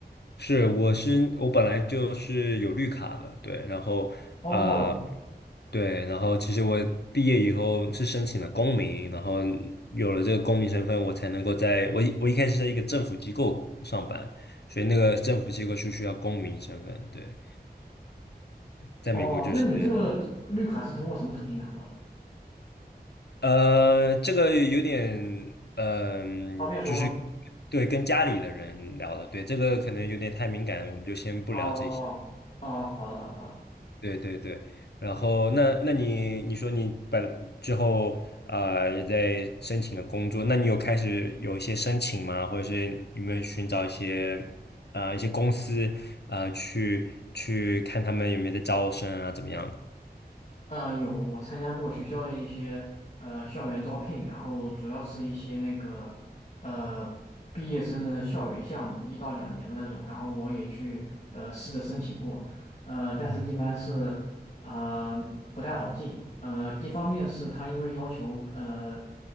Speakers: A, on the left; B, on the left.
A: 是，我是我本来就是有绿卡的，对，然后呃，
B: 哦
A: 对，然后其实我毕业以后是申请了公民，然后有了这个公民身份，我才能够在我一我一开始在一个政府机构上班，所以那个政府机构是需要公民身份，对，在美国就是
B: 哦，那你这个绿卡是通过什么途径拿到的？
A: 呃，这个有点嗯、
B: 方便说吗？
A: 就是对跟家里的人聊的，对，这个可能有点太敏感，我们就先不聊这些。
B: 哦哦，好的好的好的。
A: 对对对，然后那那你你说你本之后啊、呃也在申请了工作，那你有开始有一些申请吗？或者是有没有寻找一些啊一些公司啊去去看他们有没有在招生啊怎么样的？
B: 呃，有我参加过学校的一些呃校园招聘，然后主要是一些那个呃毕业生的校园项目，一到两年的那种，然后我也去呃试着申请过，呃，但是一般是呃不太好进，
A: 嗯
B: 呃，一方面是他因为要求呃